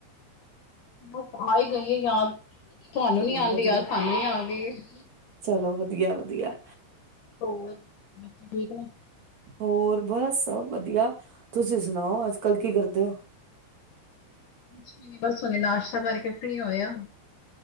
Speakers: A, on the left (about 55°); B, on the right (about 45°).
A: ਬਸ ਆਈ ਗਈ ਹੈ ਯਦ ਤੁਹਾਨੂੰ
B: ਚਲੋ
A: ਨੀ ਆਉਂਦੀ
B: ਵਧੀਆ
A: ਆ ਸਾਨੂੰ ਨੀ ਆਉਂਦੀ <unintelligible>
B: ਚਲੋ ਵਧੀਆ ਵਧੀਆ।
A: ਹੋਰ ਬੱਚੇ ਠੀਕ ਨੇ?
B: ਹੋਰ ਬਸ ਸਭ ਵਧੀਆ ਤੁਸੀਂ ਸੁਣਾਓ। ਅੱਜ ਕੱਲ ਕੀ ਕਰਦੇ ਹੋ?
A: ਕੁਛ ਵੀ ਨੀਂ ਬਸ ਹੁਣੇ ਨਾਸ਼ਤਾ ਕਰਕੇ ਫ੍ਰਰੀ ਹੋਏ ਆਂ।